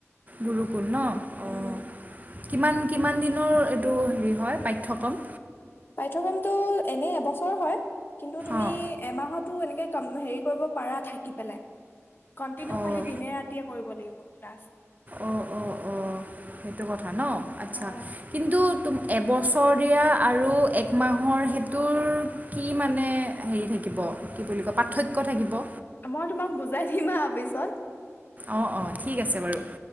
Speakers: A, on the right (about 35°); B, on the left (about 45°).
A: গুৰুকুল ন। অঁ
B: উম।
A: কিমান কিমান দিনৰ এইটো হেৰি হয় পাঠ্যক্ৰম।
B: পাঠ্যক্ৰমতটো এনেই এবছৰ হয়। কিন্তু তুমি
A: অঁ
B: এমাহত। এনেকে ক হেৰি কৰিব পাৰা থাকি পেলাই কন্টিনিউ
A: অঁ
B: খালি দিনে ৰাতিয়ে কৰিব লাগিব ক্লাছ।
A: অঁ অঁ অঁ সেইটো কথা ন আচ্ছা
B: অ
A: কিন্তু? এবছৰ দিয়া আৰু একমাহৰ সেটোৰ কি মানে হেৰি থাকিব কি বুলি কয় পাৰ্থক্য থাকিব।
B: মই তোমাক বুজাই দিম হা পিছত
A: অ অ ঠিক আছে বাৰু